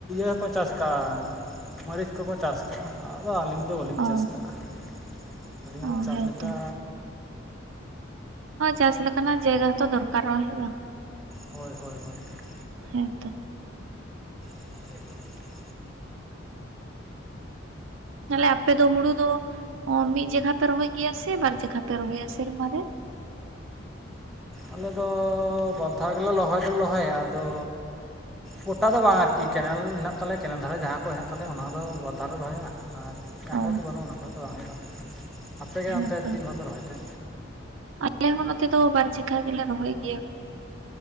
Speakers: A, in the centre; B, on the right (about 75°).
A: ᱦᱚᱸᱠᱚ ᱪᱟᱥ ᱠᱟᱜ-ᱟ ᱢᱟᱹᱨᱤᱪ ᱠᱚᱠᱚ ᱪᱟᱥ ᱠᱟᱜ-ᱟ ᱾ ᱟᱹᱞᱤᱧ ᱫᱚ ᱵᱟᱹᱞᱤᱧ
B: ᱚ
A: ᱪᱟᱥ ᱠᱟᱜ-ᱟ ᱾ ᱟᱹᱞᱤᱧᱟᱜ
B: ᱚ
A: ᱫᱚ ᱪᱟᱥ
B: ᱦᱮᱸᱛᱚ
A: ᱞᱮᱠᱟ
B: ᱪᱟᱥ ᱞᱮᱠᱟᱱᱟᱜ ᱡᱟᱭᱜᱟ ᱦᱚᱸᱛᱚ ᱫᱚᱨᱠᱟᱨᱚᱜ-ᱟ ᱦᱮᱸ ᱵᱟᱝ ᱾
A: ᱦᱳᱭ ᱦᱳᱭ ᱦᱳᱭ ᱾
B: ᱦᱮᱸ ᱛᱚ ᱾
A: <inaudible>
B: <inaudible> ᱛᱟᱦᱞᱮ ᱟᱯᱮ ᱫᱚ ᱦᱩᱲᱩ ᱫᱚ ᱚ ᱢᱤᱫ ᱡᱚᱠᱷᱟ ᱯᱮ ᱨᱚᱦᱚᱭ ᱜᱮᱭᱟ ᱥᱮ ᱵᱟᱨ ᱡᱚᱠᱷᱟ ᱯᱮ ᱨᱚᱦᱚᱭᱟ ᱥᱮᱨᱢᱟ ᱨᱮ?
A: ᱟᱞᱮ ᱫᱚ ᱵᱟᱨᱫᱷᱟᱣ ᱜᱮᱞᱮ ᱞᱚᱦᱚᱭ ᱫᱚᱞᱮ ᱞᱚᱦᱚᱭᱟ ᱟᱫᱚ ᱜᱚᱴᱟ ᱫᱚ ᱵᱟᱝ ᱟᱨᱠᱤ ᱠᱮᱱᱮᱞ ᱢᱮᱱᱟᱜ ᱛᱟᱞᱮ ᱠᱮᱱᱮᱞ ᱫᱷᱟᱨᱮ ᱡᱟᱦᱟᱸ ᱠᱚ ᱦᱮᱱᱟᱜ ᱛᱟᱞᱮ ᱚᱱᱟ ᱫᱚ ᱵᱟᱨ ᱫᱷᱟᱣ ᱞᱮ ᱨᱚᱦᱚᱭᱟ ᱟᱨ ᱡᱟᱸᱦᱟ
B: ᱚ
A: ᱠᱚᱨᱮ ᱫᱚ ᱵᱟᱹᱱᱩᱜ-ᱟ ᱚᱱᱟ ᱠᱚᱨᱮ ᱫᱚ ᱵᱟᱝ ᱦᱩᱭᱩᱜ-ᱟ ᱾ ᱟᱯᱮ ᱜᱮ
B: ᱦᱮᱸᱛᱚ
A: ᱚᱱᱛᱮ ᱛᱤᱱ ᱫᱷᱟᱣ ᱯᱮ ᱨᱚᱦᱚᱭ ᱛᱮ?
B: ᱟᱞᱮ ᱦᱚᱸ ᱱᱚᱛᱮ ᱫᱚ ᱵᱟᱨ ᱡᱮᱠᱷᱟ ᱜᱮᱞᱮ ᱨᱚᱦᱚᱭ ᱜᱮᱭᱟ ᱾